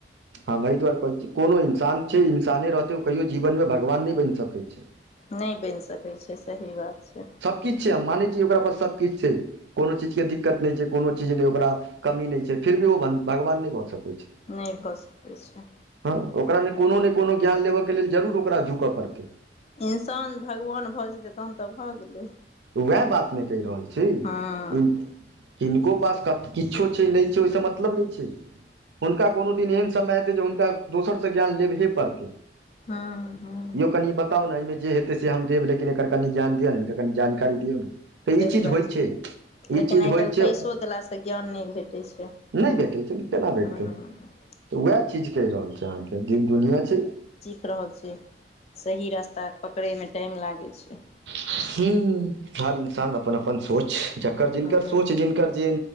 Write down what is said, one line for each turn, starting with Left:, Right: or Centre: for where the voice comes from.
Right: हँ ओह दुआरे कहै छी कोनो इन्सान छै इंसाने रहतै ओ कहियो जीवन में भगवान नहि बनि सकैत छै
Left: नहि बनि सकैत छै सही बात छै
Right: किछु छै हम मानै छियै ओकरा पास सबकिछु छै कोनो चीजके दिक्कत नहि छै कोनो चीज नहि ओकरा कमी नहि छै फिर भी ओ भगवान नहि भऽ सकै छै
Left: नहि भऽ सकैत छै
Right: हँ ओकरा ने कोनो ने कोनो ज्ञान लेबयके लेल जरूर ओकरा झुकऽ पड़तै
Left: इंसान भगवान भऽ जेतै तहन तऽ भऽ गेलै
Right: उएह बात ने कहि रहल छी
Left: हँ
Right: आ किनको पास किछो छै नहि छै ओहिसँ मतलब नहि छै हुनका कोनो दिन एहन समय एतै जे हुनका दोसरसँ ज्ञान लेबहे पड़तै
Left: हँ हँ
Right: यो कनि बता बता ने एहिमे जे हेतै से हम देबेकिन एकर कनि ज्ञान दिय ने कनि जानकारी दियौ ने तऽ
Left: सही
Right: ई चीज
Left: बात
Right: होइ छै
Left: लेकिन
Right: ई चीज
Left: आइ
Right: होइ
Left: काल्हि
Right: छै
Left: पैसो देलासँ ज्ञान नहि भेटै छै
Right: नहि भेटै छै ने केना भेटतै
Left: हँ
Right: तऽ उएह चीज कहि रहल छै अहाँके जे दुनिआँ छै
Left: प रहल छी सही रास्ता पकड़ैमे टाइम लागै छै
Right: हं हर इन्सान अपन अपन सोच जकर जिनकर
Left: हँ
Right: सोच जिनकर जे